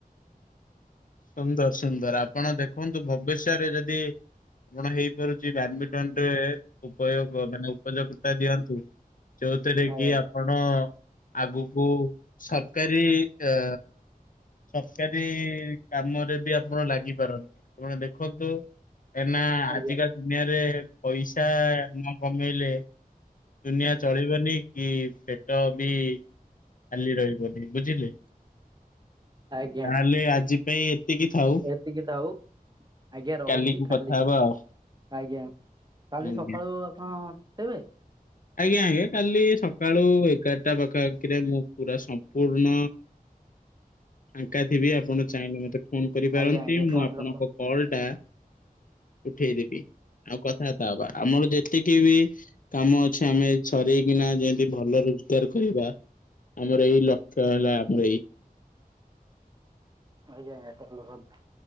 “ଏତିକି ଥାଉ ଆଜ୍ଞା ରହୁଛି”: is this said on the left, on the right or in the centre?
Right